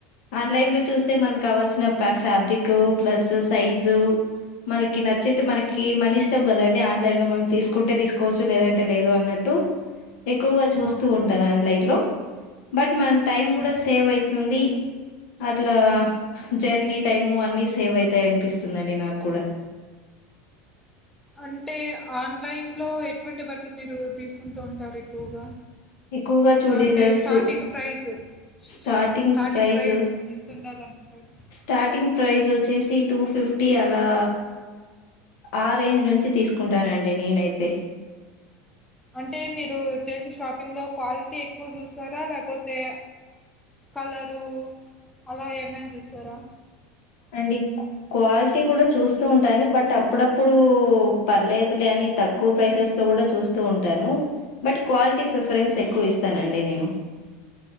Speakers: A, on the left; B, in the centre.
A: ఆన్లైన్ లో చూస్తే మనకు కావాల్సిన ఫ్యాబ్రిక్ ప్లస్ సైజు మనకి నచ్చితే మనకి
B: అవును.
A: మన ఇష్టం కదండి మం తీస్ కుంటే తీసుకోవచ్చు లేదంటే లేదు అన్నట్టు ఎక్కువగా చూస్తూ
B: ఆ!
A: ఉంటాను ఆన్లైన్ లో బట్ మన టైం
B: హ్మ్.
A: కూడా సేవ్ అవుతుంది అట్లా జర్నీ టైమ్ అన్నిీ సేవ్ అవుతాయి అనిపిస్తుందిండి నాకు కుడ
B: అంటే ఆన్లైన్ లో ఎటువంటి బట్టలు మీరు తీసుకుంటూ ఉంటారు ఎక్కువగా
A: ఎక్కువగా చూడి
B: అంటే
A: దారుస్
B: స్టార్టింగ్ ప్రైజ్ స్
A: స్టార్టింగ్ ప్రైజ
B: ప్రైజ్ ఎంతుండాలనుకుంటారు?
A: స్టార్టింగ్ ప్రైజ్ వచ్చేసి టూ ఫిఫ్టీ ఆ లా ఆ రేంజ్ నుంచి తీసుకుంటానండి నేనైతే
B: అంటే మీరు చేసే షాపింగ్లో క్వాలిటీ ఎక్కువ చూస్తారా లేకపోతే కలరు అలా ఏమైనా చూస్తారా
A: అండి క్వాలిటీ కూడా చూస్తూ ఉంటాను బట్ అప్పుడప్పుడు పర్లేదులే అని తక్కువ ప్రైసెస్ లో కూడా చూస్తూ ఉంటాను బట్ క్వాలి టీ ప్రిఫరెన్స్ ఎక్కువస్తానండి నేను